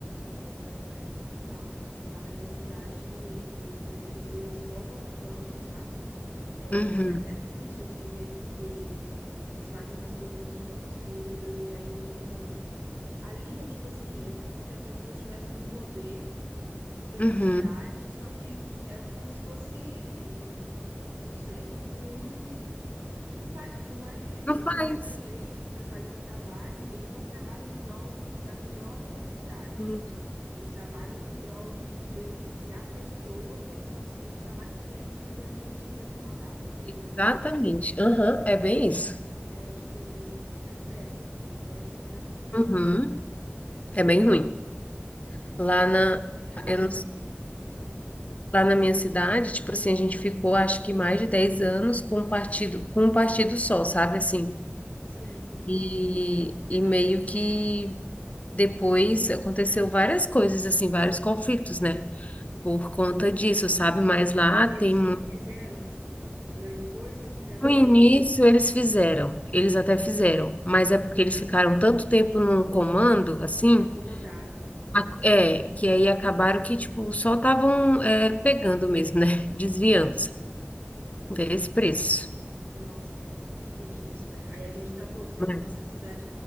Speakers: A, on the right; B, on the left.
A: É, Não, é, total. Lá na minha cidade, os prefeitos, eles roubam tanto, sabe? É,
B: Uhum,
A: é até triste, assim, ver, porque eles fazem umas coisas muito absurdas e aí não... Ali é tipo assim, é como se a pessoa estivesse no poder pela
B: uhum.
A: cidade, só que é como se fosse... Não sei, tipo... <laughs> Não, fa... não é... Eles
B: Não faz.
A: não são eleitos para fazer o trabalho, eles não trabalham em prol do... da melhora da cidade.
B: Não.
A: Eles trabalham em prol de, tipo, beneficiar pessoas para eles conseguirem ficar mais tempo recebendo aquele dinheiro no mandato, entendeu?
B: Exatamente. Aham, é bem
A: Nossa,
B: isso.
A: é tipo, é péssimo, péssimo, péssimo, péssimo.
B: Uhum.
A: Cidade
B: É bem ruim.
A: pequena,
B: Lá
A: É.
B: na,
A: Cara,
B: eu não s-
A: hum,
B: lá na minha cidade, tipo assim, a gente ficou acho que mais de 10 anos com um partido, com um partido só, sabe assim?
A: sim.
B: E, e meio que depois aconteceu várias coisas, assim, vários conflitos, né? Por conta disso, sabe? Mas lá
A: E
B: tem
A: eles fi-
B: muito.
A: fizeram, tipo, grande coisa ou não fizeram nada?
B: No início eles fizeram, eles até fizeram, mas é porque eles ficaram tanto tempo no comando, assim,
A: Acomodaram, né?
B: a- é, que aí acabaram que, tipo, só estavam é, pegando mesmo, né? <laughs> Desviando-se
A: Aham.
B: desse preço.
A: Nossa, menina, muito triste isso, né? Aí a gente tá torcendo
B: Mas,
A: pra nossa cidade